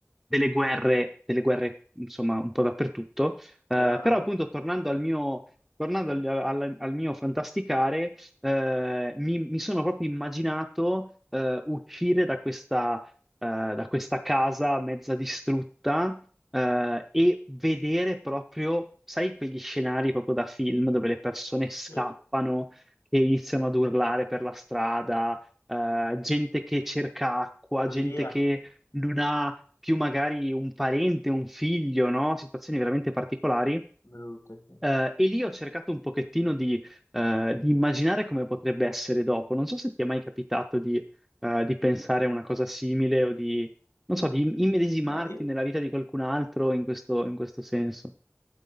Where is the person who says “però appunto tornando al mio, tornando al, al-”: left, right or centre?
Centre